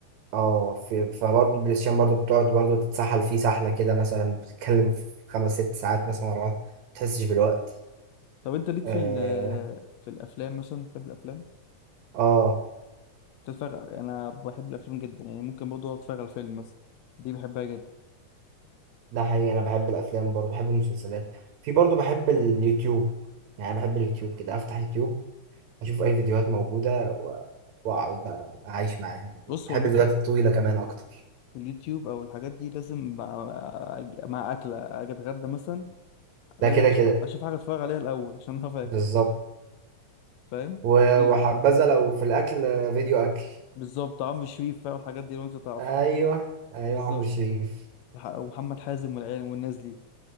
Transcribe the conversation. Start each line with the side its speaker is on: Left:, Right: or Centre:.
Right: آه، في فبرضو بلاي ستيشن برضو بتقعد برضو تتسحل فيه سحله كده مثلا بتتكلم في خمس ست ساعات مثلا ورا بعض ما تحسش بالوقت
Left: طب انت ليك
Right: اه
Left: في ال في الافلام مثلا بتحب الافلام
Right: آه،
Left: تتفرج انا بحب الافلام جدا يعني ممكن برضه أقعد اتفرج على فيلم مثلا دي بحبها جدا
Right: ده حقيقي انا بحب الافلام برضو بحب المسلسلات في برضو بحب اليوتيوب يعني أنا بحب اليوتيوب كده افتح يوتيوب اشوف اي فيديوهات موجودة و- واقعد بقى اعيش معاها
Left: بص
Right: بحب
Left: هو اليوتيوب
Right: الفيديوهات الطويلة كمان اكتر
Left: اليوتيوب او الحاجات دي لازم مع مع اكله اجي اتغدى مثلا لازم
Right: ده كده
Left: اشوف
Right: كده
Left: اشوف حاجه اتفرج عليها الاول عشان هعرف اكل
Right: بالظبط
Left: فاهم
Right: و-
Left: ولا
Right: وحبذا لو في الاكل فيديو اكل
Left: بالظبط عمرو شريف بقى والحاجات دي لو انت تعرف
Right: ايوه ايوه
Left: بالظبط
Right: عمرو شريف
Left: وح- ومحمد حازم والعيال والناس دي